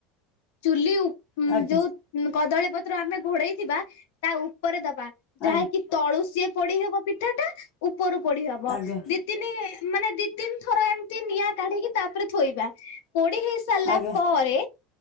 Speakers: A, on the left; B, on the left.
A: ଚୁଲି ଉପ ଉଁ
B: ଆଜ୍ଞା
A: ଯୋଉ କଦଳୀ ପତ୍ର ଆମେ ଘୋଡେଇଥିବା ତା ଉପରେ ଦବା ଯାହାକି
B: ଆଜ୍ଞା।
A: ତଳୁସିଏ ପୋଡି ହବ ପିଠା ଟା ଉପରୁ ପୋଡି ହବ।
B: ଆଜ୍ଞା।
A: ଦି ତିନି ମାନେ ଦି ତିନି ଥର ଏମତ୍ ସେମିତି ନିଆଁ କାଢିକି ତାପରେ ଥୋଇବା ପୋଡି ହେଇ ସାରିଲା
B: ଆଜ୍ଞା ଆଜ୍ଞା
A: ପରେ